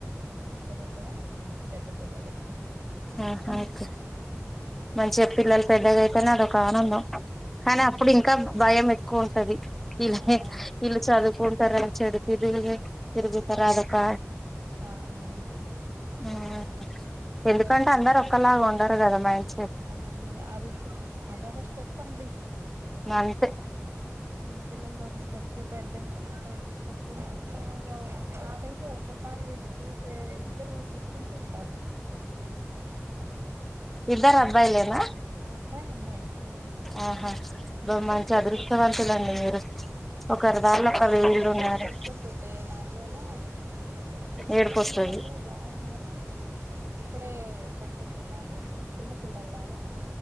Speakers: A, on the right (about 55°); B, in the centre.
A: ఇద్దరు కూడ చిన్న పెద్ద పిల్లలే
B: ఆహా ఓకే మంచిగా పిల్లలు పెద్దగా అయితేనే అదొక ఆనందం కానీ
A: అవునండి
B: అప్పుడు ఇంకా భయం ఎక్కువ ఉంటది ఇలా
A: అవునవును
B: వీళ్లు చదువుకుంటార ఆ చెడు తిరుగుళ్ళు తిరుగుతార అదొక
A: అవునవును
B: హు
A: పిల్లల
B: ఎందుకంటే
A: గురించి
B: అందరు ఒక్కలాగా ఉండరు కదా మంచి
A: అవునండి అది అదొక స్టెప్ అండి
B: నంతే
A: చిన్నపిల్లలది ఒక స్టెప్పు పెద్ద అయిన తర్వాత ఒక స్టెప్పు <inaudible> నాకై తో ఒక్కోసారి వీళ్ళు చేసే ఇద్దరు కొట్టుకుంటూ ఉంటారు
B: ఇద్దారు అబ్బాయిలేనా
A: అబ్బాయి అమ్మాయి ఇద్దరు
B: ఆహా బా
A: ఇద్దరు
B: మంచి
A: కొట్టుకుంటుంటే
B: అదృష్టవంతులండి మీరు ఒకరి దారిలో ఒకరు
A: మా
B: వీళ్ళు
A: ఇద్దరు
B: ఉన్నారు
A: కొట్టుకుంటుంటే నాకేమో అసలు చిన్న
B: ఏడుపోస్తది
A: పిల్లలు అప్పుడే బాగున్నారు ఇప్పుడు కొట్టుకుంటూన్నారు చిన్న పిల్లలాగా